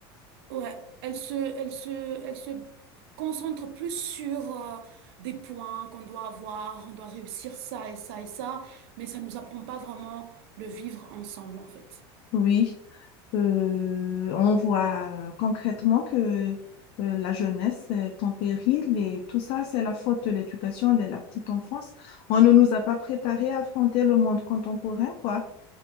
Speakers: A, on the right (about 75°); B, on the left (about 50°).
A: Ouais, elle se, elle se, elle se concentre plus sur euh, des points qu'on doit avoir, on doit réussir ça et ça et ça, mais ça ne nous apprend pas vraiment le vivre ensemble en fait.
B: Oui. Euh, on voit concrètement que euh, la jeunesse est en péril et tout ça, c'est la faute de l'éducation dès la petite enfance. On ne nous a pas préparés à affronter le monde contemporain, quoi.